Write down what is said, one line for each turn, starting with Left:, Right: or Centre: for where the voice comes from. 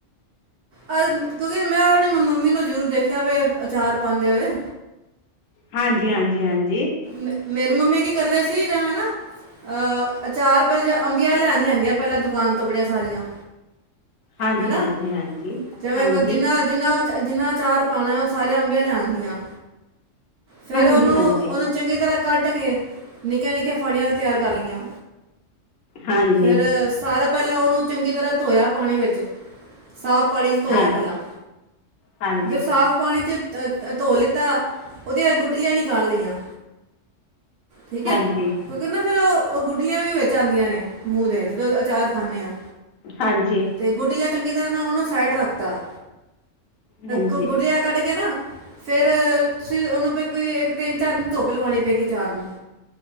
Right: ਕਿਉਂਕਿ ਮੈਂ ਆਪਣੀ ਮੰਮੀ ਨੂੰ ਜ਼ਰੂਰ ਦੇਖਿਆ ਵੇ ਅਚਾਰ ਪਾਉਂਦੇ ਹੋਏ।
Left: ਹਾਂਜੀ- ਹਾਂਜੀ, ਹਾਂਜੀ।
Right: ਮ ਮੇਰੀ ਮੰਮੀ ਕੀ ਕਰਦੇ ਸੀ ਜੈਵੇ ਨਾ ਅ ਅਚਾਰ ਪਹਿਲਾਂ ਅੰਬੀਆਂ ਲੈਣ ਲਿਆਂਦੀਆਂ ਪੈਲਾਂ ਦੁਕਾਨ ਤੋਂ ਬੜੀਆਂ ਸਾਰੀਆਂ
Left: ਹਾਂਜੀ
Right: ਹੈ ਨਾ
Left: ਹਾਂਜੀ ਹਾਂਜੀ
Right: ਜਿਵੇਂ
Left: ਹਾਂਜੀ
Right: ਜਿੰਨਾ ਜਿੰਨਾ ਉਹ ਜਿੰਨਾ ਅਚਾਰ ਪਾਣੈ ਉਹ ਸਾਰੀਆਂ ਅੰਬਿਆਂ ਲੈ ਆਂਦੀਆਂ। ਫਿਰ
Left: ਹਾਂਜੀ
Right: ਉਹਨੂੰ
Left: ਹਾਂਜੀ ਹਾਂਜੀ
Right: ਉਹਨੂੰ ਚੰਗੀ ਤਰ੍ਹਾਂ ਕੱਟ ਕੇ ਨਿੱਕੀਆਂ ਨਿੱਕੀਆਂ ਫਾੜੀਆਂ ਤਿਆਰ ਕਰ ਲੀਆਂ।
Left: ਹਾਂਜੀ
Right: ਫੇਰ ਸਾਰਾ ਪੈਲਾਂ ਉਹਨੂੰ ਚੰਗੀ ਤਰ੍ਹਾਂ ਧੋਇਆ ਪਾਣੀ ਵਿੱਚ ਸਾਫ਼ ਪਾਣੀ ਚ ਧੋਇਆ
Left: ਹਾਂ
Right: ਪੈਲਾਂ
Left: ਹਾਂਜੀ
Right: ਜ ਸਾਫ਼ ਪਾਣੀ ਚ ਧੋ ਲਿੱਤਾ ਉਹਦੀਆਂ ਗੁਟਲੀਆਂ ਨਿਕਾਲ ਲਈਆਂ ਠੀਕ ਹੈ
Left: ਹਾਂਜੀ
Right: ਕਿਉਂਕਿ ਨਾ ਫੇਰ ਉਹ ਗੁੱਟਲੀਆਂ ਵੀ ਵਿੱਚ ਆਂਦੀਆਂ ਨੇ ਮੂੰਹ ਦੇ ਜਦੋਂ ਅਚਾਰ ਖਾਂਨੇ ਆਂ।
Left: ਹਾਂਜੀ
Right: ਤੇ ਗੁੱਟਲੀਆਂ ਚੰਗੀ ਤਰ੍ਹਾਂ ਨਾ ਉਹਨੂੰ ਸਾਈਡ ਰੱਖਤਾ
Left: ਹਾਂਜੀ
Right: ਗੁੱਟਲੀਆਂ ਕੱਢ ਕੇ ਨਾ ਫੇਰ ਤੁਸੀਂ ਉਹਨੂੰ ਕੋਈ ਇੱਕ ਤਿੰਨ ਚਾਰ ਦਿਨ ਧੁੱਪ ਲਵਾਣੀ ਪਏ ਗੀ ਅਚਾਰ ਨੂੰ।